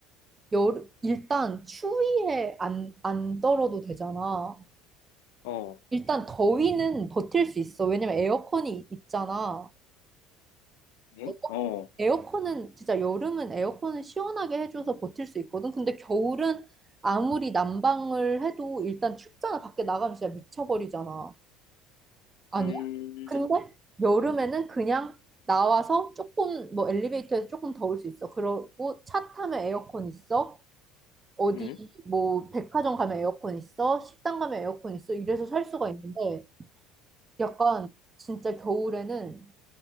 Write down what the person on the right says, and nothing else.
여름, 일단 추위에 안, 안 떨어도 되잖아.
일단 더위는 버틸 수 있어. 왜냐면 에어컨이 있잖아.
에어-
에어컨은 진짜 여름은 에어컨을 시원하게 해줘서 버틸 수 있거든. 근데 겨울은 아무리 난방을 해도 일단 춥잖아. 밖에 나가면 진짜 미쳐버리잖아. 아니야?
근데 여름에는 그냥 나와서 조금 뭐 엘리베이터에서 조금 더울 수 있어. 그러고 차 타면 에어컨 있어. 어디
뭐 백화점 가면 에어컨 있어. 식당 가면 에어컨 있어. 이래서 살 수가 있는데 약간 진짜 겨울에는